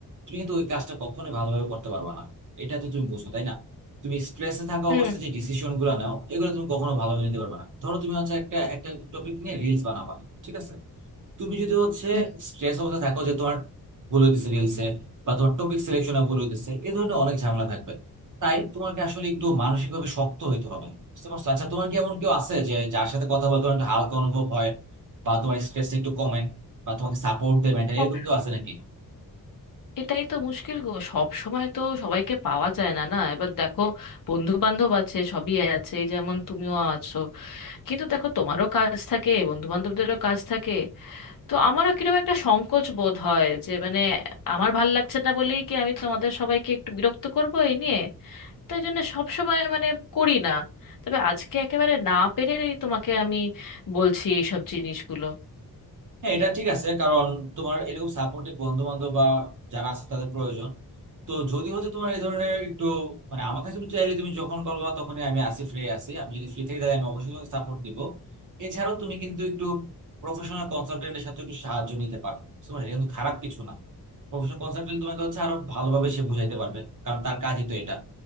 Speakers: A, on the right; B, on the left.
A: তুমি কিন্তু ওই কাজটা কখনোই ভালোভাবে করতে পারবা না এটা তো তুমি বুঝো তাই না তুমি স্ট্রেসে থাকা
B: হুম
A: অবস্থায় যে ডিসিশন গুলো নাও এগুলো তুমি কখনো ভালোভাবে নিতে পারবে না ধরো তুমি হচ্ছে একটা একটা টপিক নিয়ে রিলস বানাবা ঠিক আছে তুমি যদি হচ্ছে
B: হুম
A: স্ট্রেস অবস্থায় থাকো যে তোমার ভুল হইতেছে রিলসে বা তোমার টপিক সিলেকশনে ভুল হইতেছে এই ধরনের অনেক ঝামেলা থাকবে তাই তোমাকে আসলে একটু মানসিকভাবে শক্ত হইতে হবে বুঝতে পারছো আচ্ছা তোমার কি এমন কেউ আছে যে যার সাথে কথা বলতে তোমার একটু হালকা অনুভব হয় বা তোমার স্ট্রেসটা একটু কমে বা তোমাকে সাপোর্ট দেয় মেন্টালি
B: ও,
A: এরকম কেউ আছে নাকি
B: এটাই তো মুশকিল গো সব সময় তো সবাইকে পাওয়া যায় না না এবার দেখো বন্ধু বান্ধব আছে সবই আছে এই যেমন তুমিও আছো কিন্তু দেখো তোমারও কাজ থাকে বন্ধু বান্ধবদেরও কাজ থাকে তো আমারও কিরকম একটা সংকোচ বোধ হয় যে মানে আমার ভাল লাগছে না বলেই কি আমি তোমাদের সবাইকে একটু বিরক্ত করবো এই নিয়ে তাই জন্য সব সময় মানে করি না তবে আজকে একেবারে না পেরেই তোমাকে আমি বলছি এইসব জিনিসগুলো
A: হ্যাঁ এটা ঠিক আছে কারণ তোমার এরকম সাপোর্টিভ বন্ধু বান্ধব বা যারা আছে তাদের প্রয়োজন তো যদি হচ্ছে তোমার এই ধরনের একটু মানে আমার কাছে তুমি চাইলে তুমি যখন বলবা তখনই আমি আসি ফ্রি আছি আমি যদি ফ্রি থেকে তাহলে আমি অবশ্যই তোমাকে সাপোর্ট দিব এছাড়াও তুমি কিন্তু একটু প্রফেশনাল কনসালটেন্টের সাথে একটু সাহায্য নিতে পারো বুঝতে পারলে? এটা কিন্তু খারাপ কিছু না প্রফেশনাল কনসালটেন্ট তোমাকে হচ্ছে আরো ভালোভাবে সে বুঝাইতে পারবে কারণ তার কাজই তো এটা